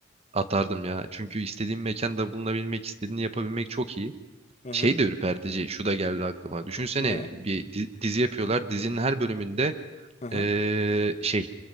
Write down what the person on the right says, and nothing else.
Atardım ya. Çünkü istediğim mekanda bulunabilmek, istediğini yapabilmek çok iyi.
Şey de ürpertici. Şu da geldi aklıma. Düşünsene
bir di- dizi yapıyorlar. Dizinin her bölümünde
eee, şey